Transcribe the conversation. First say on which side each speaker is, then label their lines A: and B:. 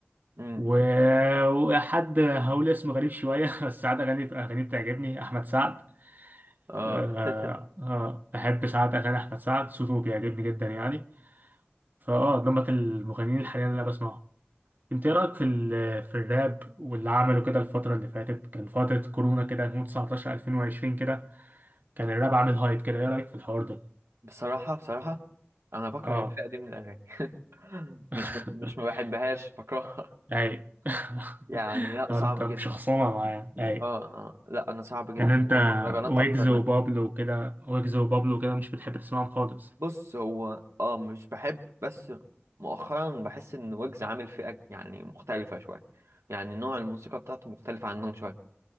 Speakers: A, on the right; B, on the right.
A: امم
B: و- وحد هقول اسمه غريب شوية <laughs> بس ساعات أغاني أغاني بتعجبني أحمد سعد
A: اه
B: آه،
A: <laughs>
B: آه، بحب ساعات أغاني أحمد سعد صوته بيعجبني جدا يعني فأه دمت المغنيين الحاليين اللي أنا بسمعهم أنت إيه رأيك في ال- في الراب واللي عمله كده الفترة اللي فاتت كان فترة كورونا كده 2019 2020 كده كان الراب عامل هايب كده إيه رأيك في الحوار ده؟
A: بصراحة بصراحة أنا بكره
B: أه
A: الفئة دي من الأغاني <laughs>
B: <laughs>
A: مش مش ما بحبهاش بكرهها
B: أي <laughs>
A: <laughs> يعني لا
B: أنت
A: صعب
B: مش
A: جدا
B: خصومة معايا أي
A: اه اه لا أنا صعب جدا
B: إن أنت
A: والمهرجانات
B: ويجز
A: أكتر
B: وبابلو
A: منها
B: وكده ويجز وبابلو كده مش بتحب تسمعهم خالص
A: بص هو اه مش بحب بس مؤخرا بحس إن ويجز عامل فئة يعني مختلفة شوية يعني نوع الموسيقى بتاعته مختلف عنهم شوية